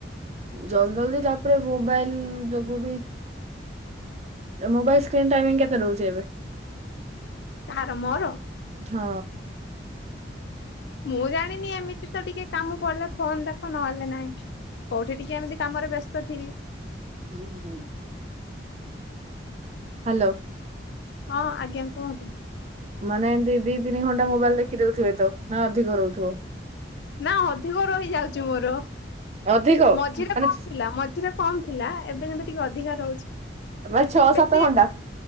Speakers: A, on the right; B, on the left.
A: ଜଲଦି ଜଲଦି ତାପରେ ମୋବାଇଲ ଯୋଗୁ ବି ମୋବାଇଲ ସ୍କ୍ରନ୍ ଟାଇମି କେତେ ରହୁଛି ଏବେ?
B: କାହାର ମୋର?
A: ହଁ।
B: ମୁଁ ଜାଣିନି ଏମିତି ତ ଟିକେ କାମ ପଡିଲେ ଫୋନ ଦେଖ ନହେଲେ ନହିଁ। କୋଉଠି ଟିକେ ଏମିତି କାମରେ ବ୍ୟସ୍ତ ଥିବି।
A: <inaudible> ହ୍ୟାଲୋ।
B: ହଁ ଆଜ୍ଞା କୁହନ୍ତୁ।
A: ମାନେ ଏମିତି ଦି ତିନି ଘଣ୍ଟା ମୋବାଇଲ ଦେଖି ଦଉଥିବେ ତ ନା ଅଧିକ ରହୁଥିବ?
B: ନା ଅଧିକ ରହିଯାଉଛି ମୋର
A: ଅଧିକ
B: ମଝିରେ
A: ମାନେ
B: କଣ ଥିଲା? ମଝିରେ କମ୍ ଥିଲା ଏବେ କିନ୍ତୁ ଟିକେ ଅଧିକା ରହୁଛି।
A: ମାନେ ଛଅ ସାତ
B: ବେଶୀ
A: ଘଣ୍ଟା।